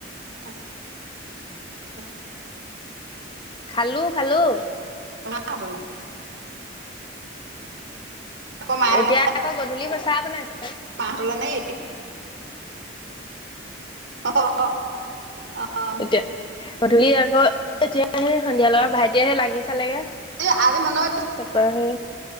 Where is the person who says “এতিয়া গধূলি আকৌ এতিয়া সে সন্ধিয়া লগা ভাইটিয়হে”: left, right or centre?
Left